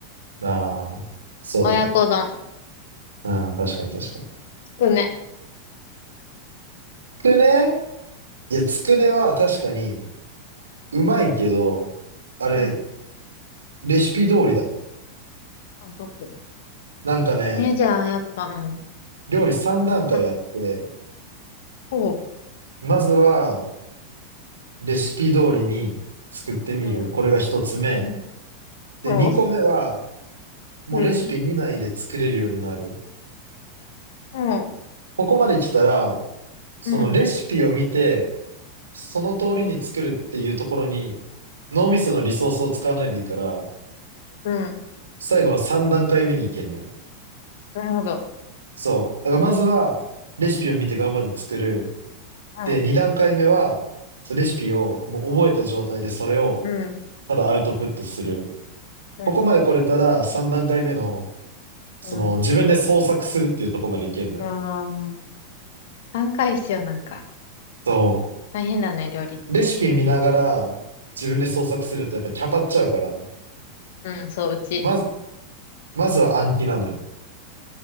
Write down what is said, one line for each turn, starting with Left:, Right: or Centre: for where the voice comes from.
Right: ああー、そうだね。
Left: 親子丼。
Right: うん、確かに確かに。
Left: つくね。
Right: つくねいや、つくねは確かにうまいけど、あれ、
Left: うん。
Right: レシピ通りだもん。
Left: あ、そっか。
Right: なんかね、
Left: ね、じゃあ、やっぱ、うん。
Right: 料理3段階あって、
Left: ま、ほう。
Right: まずはレシピ通りに作ってみる。
Left: うん。
Right: これが1つ目。
Left: うん。
Right: で、
Left: ほう。
Right: 2個目はもうレシピ見ないで作れるようになる。
Left: うん。ほう。
Right: ここまで来たら、そのレシピを見て、
Left: うん。
Right: その通りに作るっていうところに、脳みそのリソースを使わないでいいから、
Left: うん。
Right: 最後の3段階目に行けんのよ。
Left: なるほど。
Right: そう。だからまずは、レシピを見て頑張って作る。
Left: はい。
Right: で、2段階目は、そのレシピをもう覚えた状態でそれを
Left: うん。
Right: ただアウトプットする。
Left: はい。
Right: ここまで来れたら3段階目の、その自分で創作するっていうところまでいけんのよ。
Left: うん。うん。ああ。3回必要なんか。
Right: そ
Left: 大変だね、料理って。
Right: う。レシピ見ながら自分で創作するとやっぱキャパっちゃうから、
Left: うん、そう、うち。
Right: まず、まずは暗記なのよ。